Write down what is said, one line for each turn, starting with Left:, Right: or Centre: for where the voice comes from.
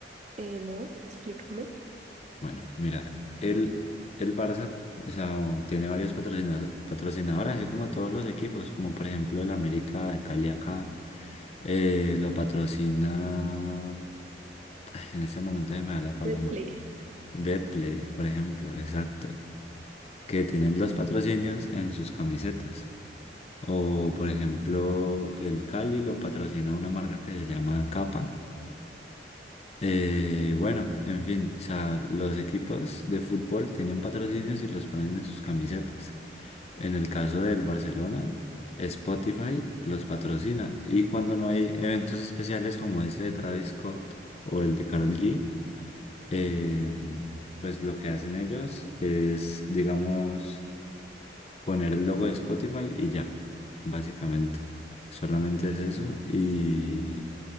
Right: Eh, no, explícame.
Left: Bueno, mira, el, el Barça o sea, o tiene varios patrocina- patrocinadores, así como todos los equipos, como por ejemplo el América de Cali acá, eh, lo patrocina, ay, en este momento se me da la paloma,
Right: Betplay.
Left: Betplay, por ejemplo, exacto, que tienen los patrocinios en sus camisetas. O por ejemplo, el Cali lo patrocina una marca que se llama Capa Eh, bueno, en fin, o sea, los equipos de fútbol tienen patrocinios y los ponen en sus camisetas. En el caso del Barcelona, Spotify los patrocina. Y cuando no hay eventos especiales como este de Travis Scott o el de Karol G, eh, pues lo que hacen ellos es, digamos, poner el logo de Spotify y ya, básicamente. Solamente es eso y